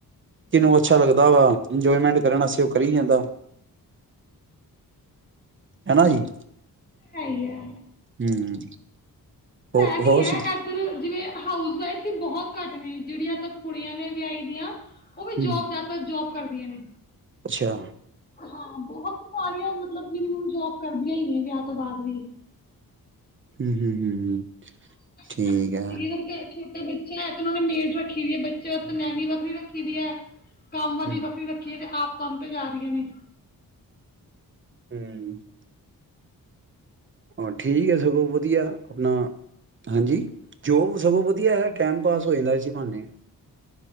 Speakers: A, on the right; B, on the left.
A: ਕਿਨੂੰ ਅੱਛਾ ਲੱਗਦਾ ਵਾ ਇੰਜੋਇਮੈਂਟ ਕਰਨ ਆਸੇ ਉਹ ਕਰੀ ਜਾਂਦਾ। ਹਨਾ ਜੀ
B: ਹੈ ਹੀ ਹੈ
A: ਹਮ ਹੋ
B: ਹੈ ਨੀ
A: ਹੋਰ
B: ਹੈ
A: ਸੁਣ
B: ਇੱਧਰ ਜਿਵੇਂ ਹਾਊਸ ਵਾਈਫ ਬਹੁਤ ਘੱਟ ਨੇ ਜਿਹੜੀਆਂ ਤੱਕ ਕੁੜੀਆਂ ਨੇ ਵਿਆਹੀ ਦੀਆਂ ਉਹ ਵੀ
A: ਹਮ
B: ਜੋਬ ਜ਼ਿਆਦਾਤਰ ਜੋਬ ਕਰਦੀਆਂ ਨੇ
A: ਅੱਛਾ।
B: ਹਾਂ ਬਹੁਤ ਸਾਰੀਆਂ ਮੀਮਨ ਜੋਬ ਕਰਦੀਆਂ ਹੀ ਨੇ ਵਿਆਹ ਤੋਂ ਬਾਅਦ ਵੀ।
A: <unintelligible>
B: <unintelligible>
A: ਠੀਕ ਹੈ
B: ਬੱਚਾ ਹੈ ਤੇ ਉਹਨਾਂ ਨੇ ਮੇਡ ਰੱਖੀ ਦੀ ਹੈ ਬੱਚੇ ਵਾਸਤੇ ਨੈਨੀ ਵੱਖਰੀ ਰੱਖੀ ਦੀ ਹੈ। ਕੰਮ ਵਾਲੀ
A: ਹਮ
B: ਬੱਖਰੀ ਰੱਖੀਏ ਤੇ ਆਪ ਕੰਮ ਤੇ ਜਾ ਰਹੀਆਂ ਨੇ
A: ਹਮ। ਹਾਂ ਠੀਕ। ੱਥਗੋਂ ਵਧੀਆ ਆਪਣਾ ਹਾਂਜੀ ਜੋ ਸਗੋਂ ਵਧੀਆ ਹੈ ਟਾਈਮ ਪਾਸ ਹੋ ਜਾਂਦਾ ਅਂ ਭਨੇ